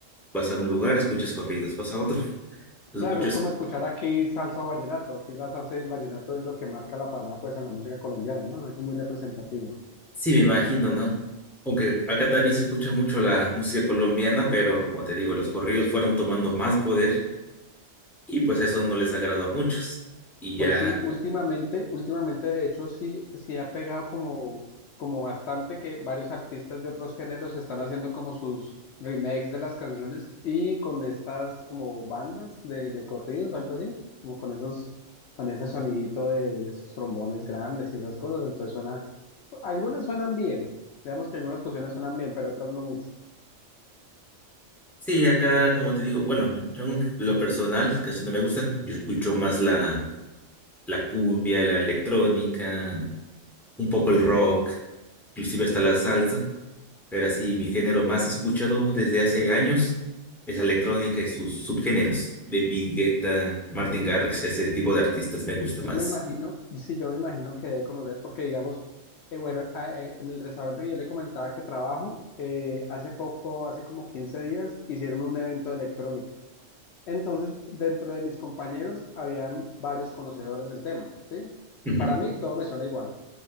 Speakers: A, in the centre; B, on the left.
A: Vas a un lugar, escuchas corridos, vas a otro, <laughs> escuchas...
B: Claro, es como escuchar aquí salsa o vallenato. Aquí la salsa y el vallenato es lo que marca la parada, pues, en la música colombiana, ¿no? Algo muy representativo.
A: Sí, me imagino, ¿no? Aunque acá también se escucha mucho la música colombiana, pero como te digo, los corridos fueron tomando más poder y pues eso no les agradó a muchos. Y ya,
B: Pues sí, últimamente, últimamente, de hecho, sí, sí ha pegado como, como bastante que varios artistas de otros géneros están haciendo como sus remakes de las canciones y con estas como bandas de, de corridos, algo así, como con esos, con ese sonidito de, de esos trombones grandes y esas cosas. Entonces suena, algunas suenan bien. Veamos que algunas fusiones suenan bien, pero otras no mucho.
A: sí, acá como te digo, bueno, yo en lo personal casi no me gustan, yo escucho más la, la cumbia, la electrónica, un poco el rock, inclusive hasta la salsa Pero así, mi género más escuchado desde hace años es la electrónica y sus subgéneros. David Guetta, Martin Garrix, ese tipo de artistas me gusta
B: Yo
A: más.
B: me imagino, sí, yo me imagino que debe conocer, porque digamos, eh, bueno, a- eh, en el restaurante que yo le comentaba que trabajo, eh, hace poco, hace como 15 días, hicieron un evento de electrónica. Entonces, dentro de mis compañeros, habían varios conocedores del tema, ¿sí?
A: Ujú.
B: Para mí, todo me suena igual